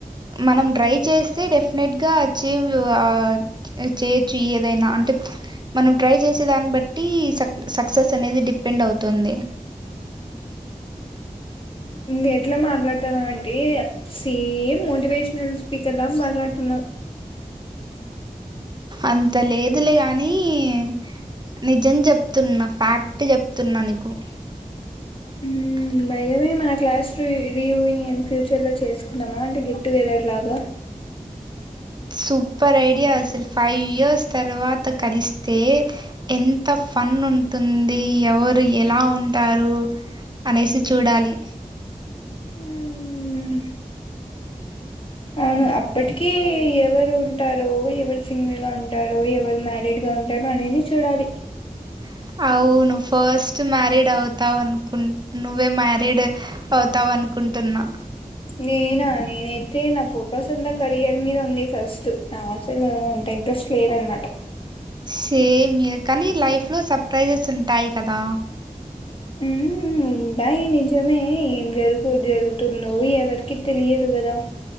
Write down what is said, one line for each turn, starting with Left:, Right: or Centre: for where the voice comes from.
Right: మనం ట్రై చేస్తే డెఫినెట్‌గా అచీవ్ ఆ చేయొచ్చు ఏదైనా అ మనం ట్రై చేసే దాన్ బట్టి సక్ సక్సెస్ అనేది డిపెండ్ అవుతుంది <inaudible>
Left: మ్మ్ ఎట్లా మాట్లాడతాన్నావ్ అంటే సేమ్ మోటివేష ప్రిన్స్ స్పీకర్లా మాట్లాడుతున్నావ్
Right: అంత లేదులే కానీ మ్ నిజం చెప్తున్నా ఫ్యాక్ట్ చెప్తున్నా నీకు <inaudible>
Left: మ్మ్ బై ద బై మన క్లాస్ రి రీయూనియన్ ఫ్యూచర్ లో చేసుకుందమా అంటే గెట్టుగెదర్ లాగా
Right: సూపర్ ఐడియా అసలు ఫైవ్ ఇయర్స్ తర్వాత కలిస్తే ఎంత ఫన్ ఉంతుంది ఎవరు ఎలా ఉంటారు అనేసి చూడాలి <inaudible>
Left: మ్మ్ అవును అప్పటికి ఎవరు ఉంటారో ఎవరు సింగిల్ గా ఉంటారో ఎవరు మ్యారీడ్ గ <unintelligible> ఉంటాం అనేది చూడాలి
Right: <inaudible> అవును ఫస్ట్ మ్యారీడ్ అవుతావ్ అనుకుం నువ్వే మ్యారీడ్ అవుతావ్ అన్ కుంటున్నా
Left: నేనా నేనైతే నా ఫోకస్ అంద కెరియర్ మీద ఉంది ఫస్ట్ నాకు అసల అంత ఇంట్రెస్ట్ లేదనమాట
Right: సేమ్ హే కానీ లైఫ్ లో సర్ప్రైజెస్ ఉంటాయి కదా
Left: ఆ <unintelligible> ఉ ఉంటాయి నిజమే ఏం జరుగు జరుగుతుందో ఎవరికి తెలియదు కదా